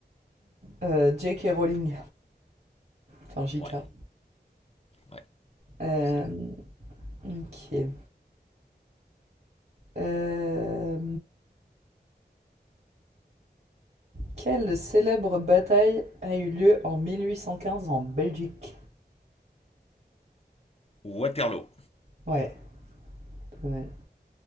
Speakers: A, on the right; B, on the left.
A: euh, J.K. Rowling, enfin J.K.
B: Ouais. Ouais.
A: Euh,
B: C'est bon.
A: ok. Euh, quelle célèbre bataille a eu lieu en 1815 en Belgique?
B: Waterloo.
A: Ouais, pas mal.